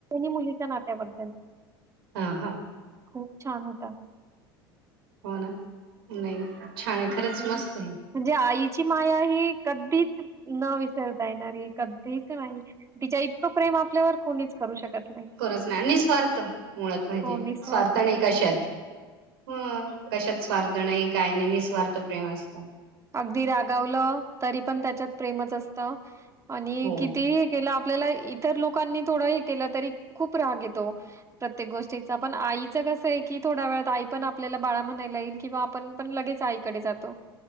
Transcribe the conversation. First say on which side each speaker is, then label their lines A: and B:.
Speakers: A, on the right (about 25°); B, on the right (about 75°).
A: मुलीच्या नात्याबद्दल
B: हा हा
A: खूप छान होता
B: हो ना नाही छान आहे
A: म्हणजे
B: खरंच मस्त आहे
A: म्हणजे आईची माया ही कधीच न विसरता येणारी कधीच नाही तिच्या इतकं प्रेम आपल्यावर कोणीच करू शकत नाही
B: खरच नाही आणि निस्वार्थ मुळात म्हणजे
A: हो, निस्वार्थ
B: स्वार्थ नाही
A: प्रेम
B: कशात
A: आहे.
B: हम कशात स्वार्थ नाही काय नाही निस्वार्थ प्रेम असत
A: अगदी रागावलं तरी पण त्याच्यात प्रेमच असत आणि
B: हो
A: किती केलं आपल्याला इतर लोकांनी थोडं हे केलं तरी खूप राग येतो प्रत्येक गोष्टीचा पण आईच क आहे की थोड्या वेळात आई पण आपल्याला बाळा म्हणायला येईल किंवा आपण पण लगेच आईकडे जातो